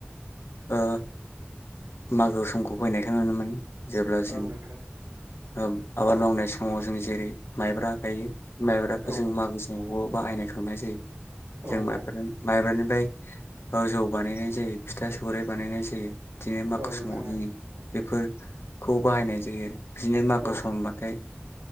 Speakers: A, on the left (about 75°); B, on the right (about 75°).
A: ओ मागो समखौ फैनायखौ नुनो मोनो। जेब्लासिम।
B: ओं नोंथां
A: ओ आबाद मावनाय समाव जों जेरै माइब्रा गायो। माइब्राखौ
B: औ
A: जों मागो समावबो बाहायनाय खांनाय जायो। जों
B: औ
A: माइब्रा
B: औ
A: माइब्रानि फ्राय जौ बानायनाय जायो। फिथा सौराय बानायनाय जायो। दिनै मागो
B: औ नोंथां
A: समाव जोंनि बेफोरखौ बाहायनाय जायो आरो। बिदिनो मागो
B: औ
A: समबाथाय